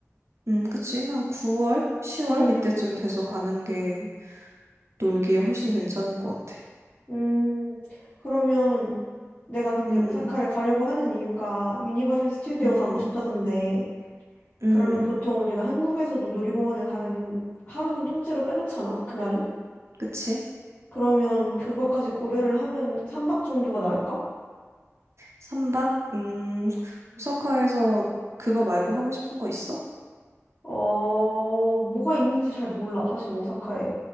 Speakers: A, on the right; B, on the left.
A: 음, 그치? 한 9월, 10월
B: 응.
A: 이때쯤 돼서 가는 게 놀기에 훨씬 괜찮을 것 같아.
B: 음, 그러면 내가 근데
A: 음,
B: 오사카를 가려고 하는 이유가 유니버셜 스튜디오
A: 음,
B: 가고 싶어서인데,
A: 음,
B: 그러면 보통 우리가 한국에서도 놀이공원을 가면 하루는 통째로 빼놓잖아? 그날은?
A: 그치?
B: 그러면 그것까지 고려를 하면 3박 정도가 나을까?
A: 삼박 음, 오사카에서 그거 말고 하고 싶은 거 있어?
B: 어, 뭐가 있는지 잘 몰라, 사실 오사카에.